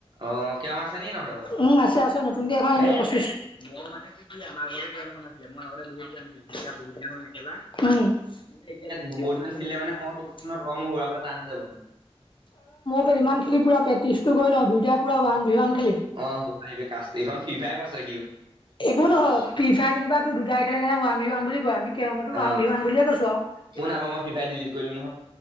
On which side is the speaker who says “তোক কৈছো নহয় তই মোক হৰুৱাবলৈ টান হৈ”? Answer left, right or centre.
Right